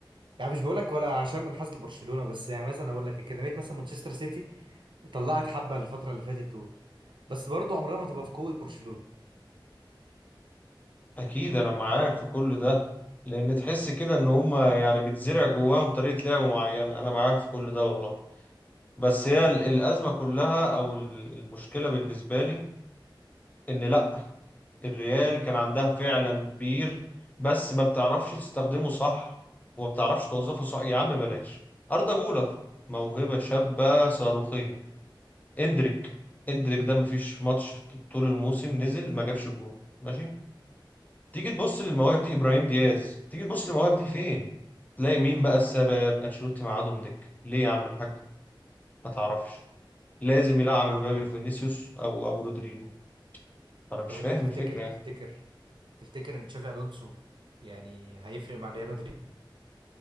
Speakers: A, on the right; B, on the left.
A: يعني مش بقولك ولا عشان منحاز لبرشلونه بس يعني مثلا اقول لك اكاديميه مثلا مانشستر سيتي طلعت حبه الفتره اللي فاتت دول بس برضو عمرها ما تبقى في قوه برشلونه
B: اكيد انا معاك في كل ده لان تحس كده ان هم يعني بتزرع جواهم طريقة لعب معينة انا معاك في كل ده والله بس هي ال- الأزمة كلها أو ال- المشكلة بالنسبة لي إن لأ الريال كان عندها فعلا بير بس ما بتعرفش تستخدمه صح وما بتعرفش توظفه صح يا عم بلاش أردا جولر موهبة شابة صاروخية إندريك إندريك ده مفيش في ماتش طول الموسم نزل ما جابش جول ماشي تيجي تبص للمواهب دي إبراهيم دياز تيجي تبص للمواهب دي فين تلاقي مين بقى السبب أنشيلوتي معادهم دك ليه يا عم الحاج ما تعرفش لازم يلعب مبابي
A: طب
B: وفينيسيوس او ابو رودريجو انا مش
A: طب
B: فاهم
A: انت تفتكر
B: الفكره
A: تفتكر
B: يعني
A: تفتكر ان تشافي الونسو يعني هيفرق مع ريال مدريد